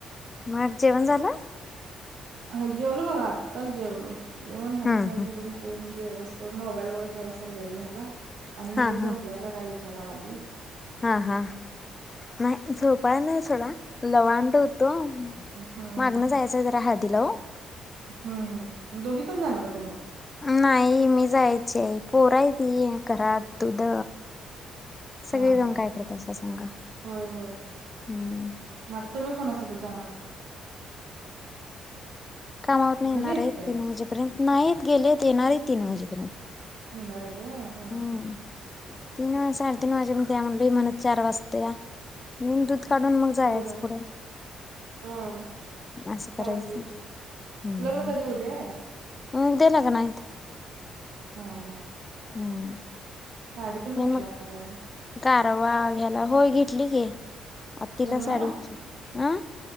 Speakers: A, on the left (about 25°); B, on the right (about 75°).
A: मग जेवण झालं
B: अ जेवलो बघा आत्ताच जेवलो येऊन हताय
A: हम्म हम्म
B: दोन ते जेवस्तो मोबाईल बघा जेवस्त लेट झाला आणि म्हटलं
A: हा
B: झोपलाय
A: हा
B: का काय विचारावा आधी
A: हा हा नाही झोपाय नाही सोडा लवांड होतो
B: हम्म
A: मागनं जायचंय जरा हळदीला हो
B: हम् हम् दोघी पण जाणार का मग
A: नाही मी जायचे आहे पोराय त घरात तुध सगळे
B: हा
A: जाऊन
B: हा
A: काय करत असं सांगा हम्म
B: होय होय मग तुम्ही कोणासोबत जाणार
A: कामावरून
B: घरी
A: येणार
B: आहेत
A: आहे तीन
B: काय
A: वाजेपर्यंत नाहीत गेलेत येणार आहे तीन वाजेपर्यंत
B: ह वरद आहे हा
A: हम्म
B: हा
A: तीन वाज साडेतीन वाजे पण त्या म्हली म्हणत चार वाजते या येऊन दूध काढून मग जायचं
B: होय होय
A: पुढे
B: हा
A: असशं
B: चालतंय
A: करायचचर
B: की
A: हम्म
B: लग्न
A: हम्म
B: कधी उद्या आहे
A: मग देे लाग नाय
B: हा हा
A: हम्म
B: साडेतीन
A: मी
B: घेतला
A: मग
B: असता काय म
A: कारवा घ्याला होय घेतली की. आ तिला
B: लग्नाला
A: साडी घेतली अं